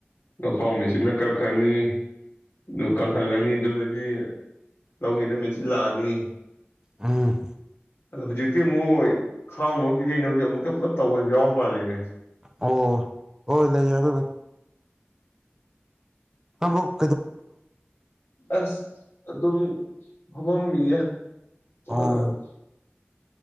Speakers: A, on the left (about 75°); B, on the right (about 15°).
A: ꯂꯧꯈꯥꯎ ꯃꯦꯆꯤꯟꯅ ꯀꯛ ꯀꯅꯤ ꯑꯗꯨ ꯀꯪꯍꯜꯂꯅꯤ ꯑꯗꯨꯗꯩꯗꯤ ꯂꯧ ꯌꯩꯅꯕ ꯃꯦꯆꯤꯟ ꯂꯥꯛꯑꯅꯤ <inaudible>
B: ꯎꯝ꯫
A: ꯑꯗꯣ ꯍꯧꯖꯤꯛꯇꯤ ꯃꯨꯛ ꯈꯥꯎꯅ ꯁꯤ ꯌꯩꯅꯕꯁꯦ ꯑꯃꯨꯛꯇ ꯄꯨꯂꯞ ꯇꯧꯕꯁꯨ ꯌꯥꯎꯔ ꯃꯥꯜꯂꯦꯅꯦ꯫
B: ꯑꯣ ꯍꯣꯏ ꯂꯩꯌꯦ ꯑꯗꯨꯗꯣ꯫ ꯇꯥꯕ꯭ꯔꯣ?
A: ꯑꯁ ꯑꯗꯨꯝ ꯐꯝ ꯃꯝꯃꯤꯌꯦ ꯫ <unintelligible>
B: ꯑꯣ